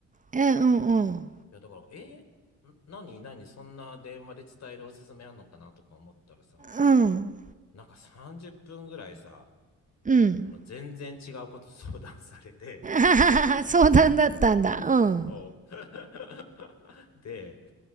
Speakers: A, on the right (about 25°); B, on the left (about 60°).
A: え、うんうん。
B: や、だから、えん何、何、そんな電話で伝えるおすすめあんのかなとか思ったらさ、
A: うん。
B: なんか30分ぐらいさ、
A: うん。
B: あの全然違うこと相談されて、
A: <laughs> あはは相談だったんだ。うん。
B: そう。<laughs> で、